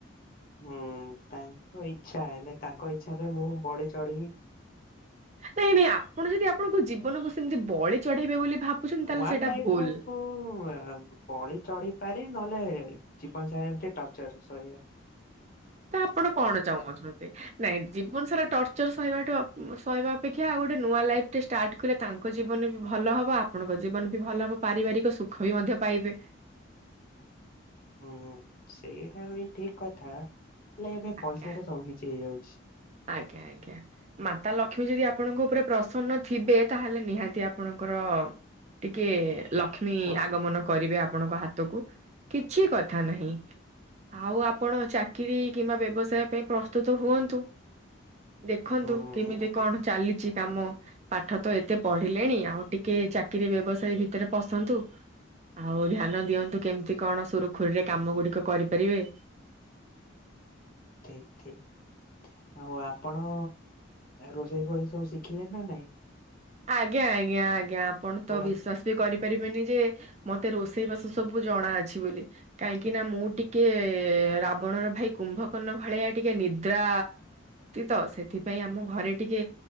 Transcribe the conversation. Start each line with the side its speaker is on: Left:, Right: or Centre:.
Left: ହୁଁ ତାଙ୍କ ଇଚ୍ଛା ହେଲେ ତାଙ୍କ ଇଚ୍ଛା ବି ମୁଁ ବଳି ଚଢିବି।
Right: ନାଇଁ ନାଇଁ ଆପଣ ଯଦି ଆପଣଙ୍କ ଜୀବନକୁ ସେମିତି ବଳି ଚଢେଇବେ ବୋଲି ଭାବୁଛନ୍ତି ତାହେଲେ
Left: ୱନ୍
Right: ସେଇଟା
Left: ଟାଇପ
Right: ଭୁଲ।
Left: ଅଫ ଉ ଉ ଆ ପଳିି ଚଢି ପାରି ନହେଲେ ଜୀବନ ସାରା ଏମିତି ଟର୍ଚର ସହିଆ।
Right: ତ ଆପଣ କଣ ଚାହୁଁଅଛନ୍ତି ନାଇଁ ଜୀବନ ସାରା ଟର୍ଚ ଟଚ‌ର ସହିବାଠୁ ସହହିବା ଅପେକ୍ଷା ଆଉ ଗୋଟେ ନୂଆ ଲାଇଫଟେ ଷ୍ଟାର୍ଟ କଲେ ତାଙ୍କ ଜୀବନ ବି ଭଲ ହେବ ଆମ ଆପଣଙ୍କ ଜୀବନ ବି ଭଲ ହବ ପାରିବାରିକ ସୁଖ ବି ମଧ୍ୟ ପାଇବେ।
Left: ହୁଁ ସେଇଟା ବି ଠିକ କଥା ହେଲେ ଏବେ
Right: ଆଜ୍ଞା।
Left: ପଇସା ରେ ସବୁ କିଛି ହେଇଯାଉଛି।
Right: ଆଜ୍ଞା ଆଜ୍ଞା। ମାତା ଲକ୍ଷ୍ମୀ ଯଦି ଆପଣଙ୍କ ଉପରେ ପ୍ରସନ୍ନ ଥିବେ ତାହେଲେ ନିହାତି ଆପଣଙ୍କର ଟିକେ ଲକ୍ଷ୍ମୀ
Left: ସବୁ
Right: ଆଗମନ କରିବେ ଆପଣଙ୍କ ହାତ ହାତକୁ କିଛି କଥା ନାହିଁ। ଆଉ ଆପଣ ଚାକିରୀ କିମ୍ବା ବ୍ୟବସାୟ ପାଇଁ ପ୍ରସ୍ତୁତ ହୁଅନ୍ତୁ। ଦେଖନ୍ତୁ
Left: ହୁଁ
Right: କେମିତି କଣ ଚାଲିଛି କାମ। ପାଠ ତ ଏତେ ପଢିଲେଣି ଆଉ ଟିକେ ଚାକିରି ବ୍ୟବସାୟୀ ଭିତରେ ପଶନ୍ତୁ। ଆଉ ଧ୍ୟାନ ଦିଅନ୍ତୁ କେମିତି କଣ ସୁରୁଖୁରୁରେ କାମ ଗୁଡିକ କରିପାରିବେ।
Left: ଠିକ ଠିକ ଆଉ ଆପଣ ରୋଷେଇ ଫୋଷେଇ ସବୁ ଶିଖିଲେ ନା ନାଇଁ?
Right: ଆଜ୍ଞା ଆଜ୍ଞା ଆଜ୍ଞା ଆପଣ
Left: ପୁରା
Right: ତ ବିଶ‍‍‌୍ ବିଶ୍ୱାସ କରିପାରିବେନି ଯେ ମତେ ରୋଷେଇ ବାସ ସବୁ ଜଣା ଅଛି ବୋଲି। କାହିଁକି ନା ମୁଁ ଟିକେ ରାବଣର ଭାଇ କୁମ୍ଭକର୍ଣ୍ଣ ଭଳିଆ ଟିକେ ନିଦ୍ରା ତ ସେଥିପାଇଁ ଆମ ଘରେ ଟିକେ